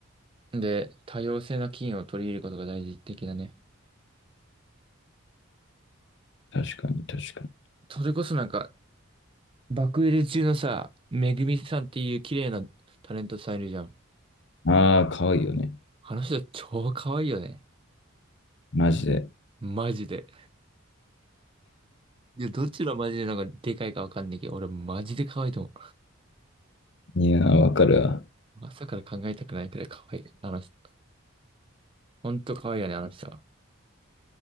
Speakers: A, on the right (about 25°); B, on the left (about 55°).
A: ん。で、多様性な菌を取り入れることが大事的だね。
B: 確かに、確かに。
A: それこそなんか、爆売れ中のさ、めぐみさんっていう綺麗なタレントさんいるじゃん。
B: ああ、可愛いよね。
A: あの人超可愛いよね。
B: マジで。
A: マジで。いや、どっちのマジでなんかでかいかわかんないけど、俺マジで可愛いと思
B: いやー、わかるわ。
A: う。朝から考えたくないくらい可愛い。あの人。ほんと可愛いよね、あの人は。